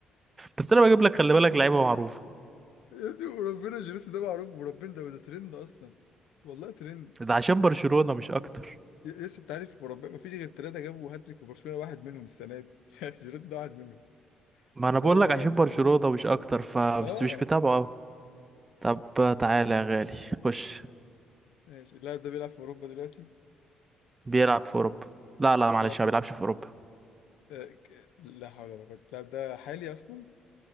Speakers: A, on the right; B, on the left.
A: بس أنا بجيب لك خلي بالك لعيبة معروفة
B: يا ابني وربنا جيراس ده معروف وربنا ده ده ترند اصلا والله ترند
A: ده عشان برشلونة مش أكتر
B: ي- لسه انت عارف وربنا ما فيش غير ثلاثه جابوا هاتريك في برشلونه واحد منهم السنه دي <laughs> جيراس ده واحد منهم
A: ما أنا
B: فهو
A: بقول لك عشان
B: يعني
A: برشلونة مش أكتر فبس
B: اه
A: مش بتابعه
B: ف...
A: أوي طب تعالى
B: ماشي
A: يا غالي خش
B: ماشي اللاعب ده بيلعب في اوروبا دلوقتي
A: بيلعب في أوروبا لا لا معلش
B: بيلعب في
A: ما بيلعبش في أوروبا
B: آه، ك- لا حول ولا قوة اللاعب ده حالي أصلا